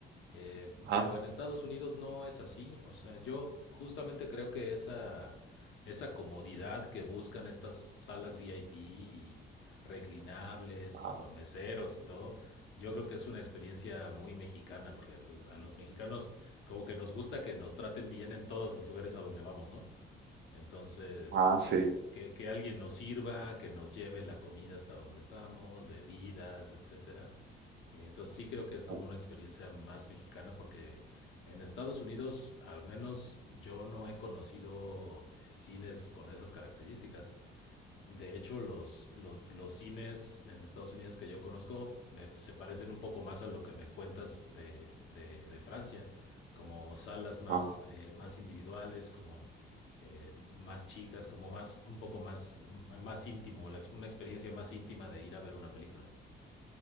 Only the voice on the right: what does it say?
Ajá,
ajá,
ah,
sí.
ok,
Ajá.